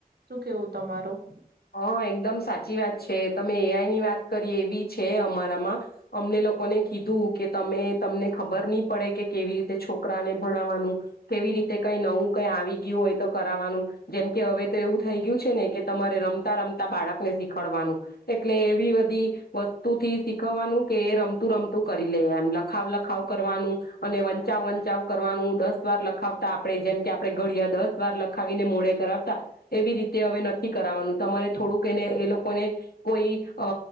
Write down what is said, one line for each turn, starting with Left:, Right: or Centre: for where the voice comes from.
Right: શું કેવું તમારું?
Left: હા એકદમ સાચી વાત છે, તમે એઆઈની વાત કરી એ બી છે અમારામાં, અમને લોકોને કીધું કે તમે તમને ખબર નહી પડે કે કેવી રીતે છોકરાને ભણાવવાનું કેવી રીતે કઈ નવું કઈ આવી ગયું, હોય તો કરાવવાનું જેમ કે હવે તો એવું થઈ ગયું છે ને કે તમારે રમ રમતા રમતા બાળકને શીખડવાનું, એટલે એવી બધી વસ્તુથી શીખવવાનું કે એ રમતું રમતું કરી લે, એમ લખાવ લખાવ કરવાનું, અને વંચાવ વંચાવ કરવાનું, દસ વાર લખાવતા આપણે જેમ કે આપણે ઘડિયા દસ વાર લખાવીને મોઢે કરાવતા એવી રીતે હવે નથી કરવાનું. તમારે થોડુંક એને એ લોકોને કોઈ અ